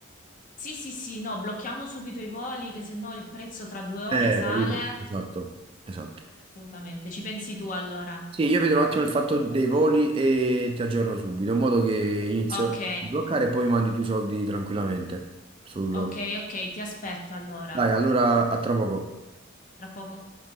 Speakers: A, on the left; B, on the right.
A: Sì, sì, sì, no, blocchiamo subito i voli che se no il prezzo tra due ore
B: Eh,
A: sale.
B: capito? Esatto, esatto.
A: Sì, sì, assolutamente. Ci pensi tu allora?
B: Sì, io vedo un attimo il fatto dei voli e ti aggiorno subito, in modo che inizio
A: Ok,
B: a bloccare e poi mandi tu i soldi tranquillamente. sul-
A: ok, ok, ti aspetto allora.
B: Dai, allora a tra poco.
A: Tra poco.